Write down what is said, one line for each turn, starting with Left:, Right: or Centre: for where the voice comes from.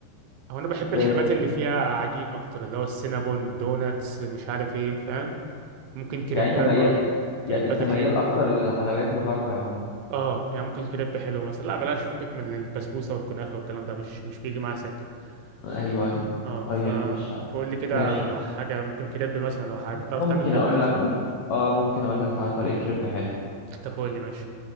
Right: هو انا بحب الحاجات
Left: آه،
Right: اللي فيها عجين اكتر اللي هو السينابون دوناتس مش عارف ايه فاهم ممكن كريبات
Left: يعني انت ميال
Right: برضه
Left: يعني
Right: كريبات
Left: انت
Right: الحلو
Left: ميال اكتر للحلويات الغربي عموما
Right: اه يعني ممكن كريب حلو مثلا لا بلاش فكك من البسبوسة والكنافة والكلام ده مش مش بيجي معايا سكة
Left: ايوه
Right: ممكن-
Left: ايوه
Right: اه
Left: طيب
Right: فقول
Left: ماشي
Right: لي كده
Left: ماشي
Right: حاجة ممكن كريب مثلا او حاجة بتعرف
Left: ممكن
Right: تعمل كريبات
Left: اقول لك مم... اه ممكن اقول لك على طريقه كريب حلو
Right: طب قول لي ماشي